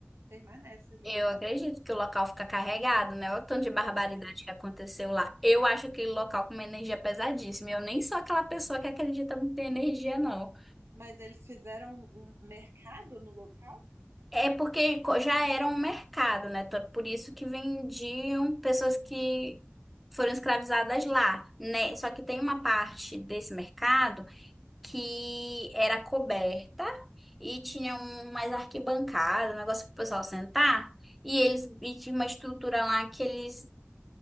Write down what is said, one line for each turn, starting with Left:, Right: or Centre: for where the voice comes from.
Right: permanece ali
Centre: Eu
Right: mesmo.
Centre: acredito que o local fica carregado, né? Olha o tanto de barbaridade
Right: É.
Centre: que aconteceu lá. Eu acho aquele local com uma energia pesadíssima. Eu nem sou aquela pessoa que acredita muito em energia, não.
Right: Mas eles fizeram um um mercado no local,
Centre: É porque co- já era um mercado, né? Então, é Por isso que vendiam pessoas que foram escravizadas lá, né? Só que tem uma parte desse mercado que era coberta e tinha um, mais arquibancada, um negócio para o pessoal sentar. E eles e tinha uma estrutura lá que eles